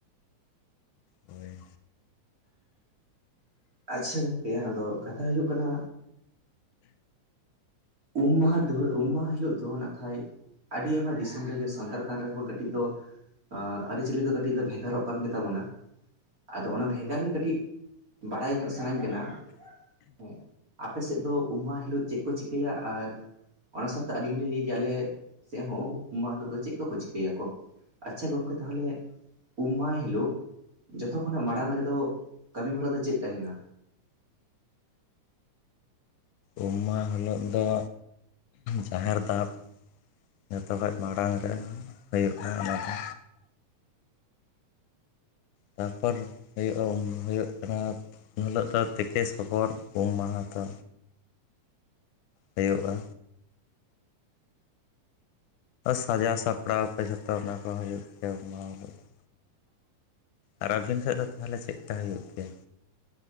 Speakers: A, on the left; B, on the right.
A: ᱦᱳᱭ,
B: ᱟᱪᱪᱷᱟ ᱜᱚᱝᱠᱮ ᱟᱫᱚ ᱠᱟᱛᱷᱟ ᱦᱩᱭᱩᱜ ᱠᱟᱱᱟ᱾ ᱩᱢ ᱢᱟᱦᱟᱸ ᱫᱟᱹᱲ ᱩᱢ ᱢᱟᱦᱟᱸ ᱦᱤᱞᱳᱜ ᱫᱚ ᱱᱟᱠᱷᱟᱡ ᱾ ᱟᱹᱰᱤ ᱟᱭᱢᱟ ᱫᱤᱥᱚᱢ ᱨᱮᱜᱮ ᱥᱟᱱᱛᱟᱲ ᱠᱟᱱ ᱨᱮᱦᱚᱸᱵᱚᱱ ᱠᱟᱹᱴᱤᱡ ᱫᱚ, ᱟᱹᱨᱤᱪᱟᱹᱞᱤ ᱫᱚ ᱠᱟᱹᱴᱤᱡ ᱫᱚ ᱵᱷᱮᱜᱟᱨᱚᱜ ᱠᱟᱱ ᱜᱮᱛᱟᱵᱚᱱᱟ᱾ ᱟᱫᱚ ᱚᱱᱟ ᱵᱷᱮᱜᱟᱨ ᱜᱮ ᱠᱟᱹᱴᱤᱜ ᱵᱟᱰᱟᱭ ᱧᱚᱜ ᱥᱟᱱᱟᱧ ᱠᱟᱱᱟ? ᱦᱮᱸ ᱟᱯᱮ ᱥᱮᱫ ᱫᱚ ᱩᱢ ᱢᱟᱦᱟᱸ ᱦᱤᱞᱳᱜ ᱪᱮᱫ ᱠᱚ ᱪᱤᱠᱟᱹᱭᱟ? ᱟᱨ ᱚᱱᱟ ᱥᱟᱶᱛᱮ ᱟᱹᱞᱤᱧ ᱦᱚᱸᱞᱤᱧ ᱞᱟᱹᱭᱟᱞᱮ ᱥᱮᱫ ᱦᱚᱸ ᱩᱢ ᱢᱟᱦᱟᱸ ᱦᱤᱞᱳᱜ ᱫᱚ ᱪᱮᱫ ᱠᱚᱠᱚ ᱪᱤᱠᱟᱹᱭᱟᱠᱚ᱾ ᱟᱪᱪᱷᱟ ᱜᱚᱝᱠᱮ ᱛᱟᱦᱚᱞᱮ, ᱩᱢ ᱢᱟᱦᱟᱸ ᱦᱤᱞᱚᱜ ᱡᱚᱛᱚ ᱠᱷᱚᱱᱟᱜ ᱢᱟᱲᱟᱝ ᱨᱮᱫᱚ ᱠᱟᱹᱢᱤ ᱦᱚᱨᱟ ᱫᱚ ᱪᱮᱫ ᱛᱟᱦᱮᱱᱟ?
A: ᱩᱢ ᱢᱟᱦᱟᱸ ᱦᱤᱞᱳᱜ ᱫᱚ ᱡᱟᱦᱮᱨ ᱫᱟᱵ, ᱡᱚᱛᱚ ᱠᱷᱚᱭᱡ ᱢᱟᱲᱟᱝ ᱨᱮ ᱦᱩᱭᱩᱜᱼᱟ ᱾ ᱚᱱᱟᱫᱚ ᱛᱟᱨᱯᱚᱨ ᱦᱩᱭᱩᱜᱼᱟ ᱦᱩᱭᱩᱜ ᱠᱟᱱᱟ ᱩᱱ ᱦᱤᱞᱚᱜ ᱫᱚ ᱛᱮᱠᱮ ᱥᱚᱵᱚᱨ ᱩᱢ ᱢᱟᱦᱟᱸ ᱫᱚ ᱦᱩᱭᱩᱜᱼᱟ᱾ ᱥᱟᱡᱟᱣ ᱥᱟᱯᱲᱟᱣ ᱠᱚ ᱡᱚᱛᱚ ᱚᱱᱟ ᱠᱚ ᱦᱩᱭᱩᱜ ᱜᱮᱭᱟ ᱩᱢ ᱢᱟᱦᱟᱸ ᱦᱤᱞᱚᱜ ᱫᱚ᱾ ᱟᱨ ᱟᱹᱵᱤᱱ ᱥᱮᱡ ᱫᱚ ᱛᱟᱦᱚᱞᱮ ᱪᱮᱫᱞᱮᱠᱟ ᱦᱩᱭᱩᱜ ᱜᱮᱭᱟ?